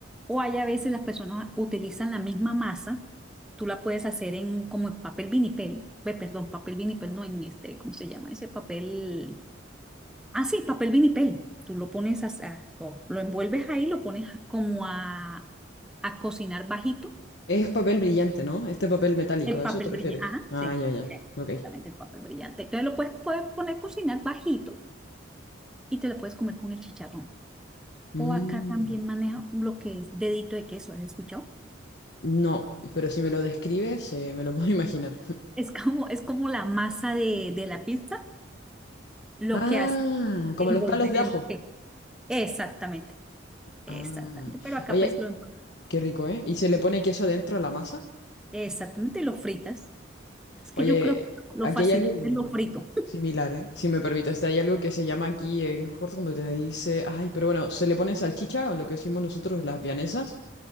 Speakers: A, in the centre; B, on the left.
A: o hay a veces las personas utilizan la misma masa, tú la puedes hacer en como en papel vinipel, ve, perdón, papel vinipel, no en este, ¿cómo se llama ese papel? Ah, sí, papel vinipel, tú lo pones, a, a- lo, lo envuelves ahí, lo pones a- como a, a cocinar bajito
B: Es papel brillante, ¿no? Este papel metálico,
A: el
B: ¿a
A: papel
B: eso te refieres?
A: brillante, ajá,
B: Ah,
A: sí,
B: ya, ya.
A: exactamente
B: Ok.
A: el papel brillante. Entonces lo puedes, puedes poner a cocinar bajito y te lo puedes comer con el chicharrón.
B: Mm,
A: O acá también maneja lo que es dedito de queso, ¿has escuchado?
B: No, pero si me lo describes, eh, me lo puedo <laughs> imaginar.
A: Es como, es como la masa de, de la pizza, lo
B: Ah,
A: que hace
B: como
A: es envolver
B: los palos de
A: el
B: ajo.
A: queso. Exactamente, exactamente.
B: Ah,
A: Pero acá
B: oye,
A: pues lo envuelves.
B: qué rico, ¿eh? ¿Y se le pone queso adentro a la masa?
A: Exactamente, y lo fritas. Es que
B: Oye,
A: yo creo que lo
B: aquí
A: fascinante
B: hay algo
A: es lo frito. <laughs>
B: similar, ¿eh? Si me permites, hay algo que se llama aquí, eh, no me acuerdo cómo te dice, ay, pero bueno, se le pone salchicha o lo que decimos nosotros las vianesas.